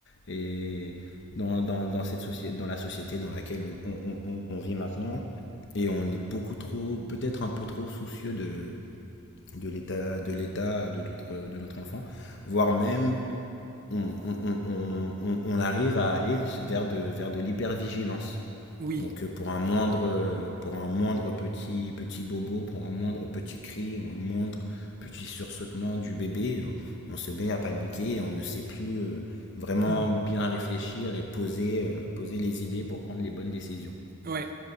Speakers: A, on the left; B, on the right.
A: Et dans, dans, dans cette société, dans la société dans laquelle on, on, on on vit maintenant, et on est beaucoup trop, peut-être un peu trop soucieux de, de l'état de l'état euh, de notre de notre enfant voire même on, on, on, on on arrive à aller vers de vers de l'hypervigilance
B: Oui.
A: donc euh, pour un moindre euh, pour un moindre petit petit bobo pour un moindre petit cri ou un moindre petit sursautement du bébé on se met à paniquer et on ne sait plus euh, vraiment
B: Mm.
A: bien réfléchir et poser euh, poser les idées pour prendre les bonnes décisions
B: Ouais.